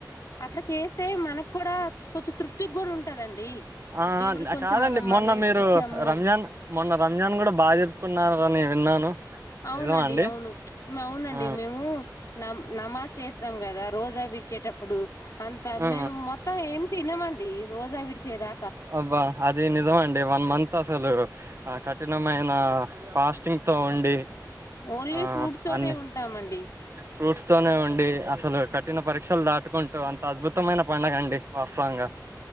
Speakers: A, on the left (about 50°); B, on the right (about 40°).
A: అట్లా చేస్తే మనకు కూడా కొచ్చె తృప్తికి కూడా ఉంటదండి
B: ఆ
A: దేవుడికి
B: ఆ న
A: కొంచెం
B: కాదండి
A: మనం మనీ
B: మొన్న మీరు
A: ఇచ్చాము
B: రంజాన్ మొన్న రంజాన్ కూడా బాగా జరుపుకున్ కున్నార్ వని విన్నాను
A: అవునండి
B: నిజమా అండి?
A: అవును అవునండి
B: ఆ!
A: మేము నమ్ నమాజ్ చేస్తాం కదా రోజా విడిచేటప్పుడు అంతా
B: ఆ!
A: మేమ్ మొత్తం ఎం తినమండి రోజా విడిచేదా
B: అబ్బా అది నిజం అండి వన్ మంత్ అసలు ఆ కఠినమైన ఫాస్టింగ్ తో ఉండి
A: ఓన్లీ
B: ఆ
A: ఫ్రూట్స్ తోటే
B: అన్ని
A: ఉంటామండి
B: ఫ్రూట్స్ తోనే ఉండి అసలు కట్ ట్టిన పరీక్షలు దాటుకుంటూ అంత అద్భుతమైన పండగండి వాస్తవంగా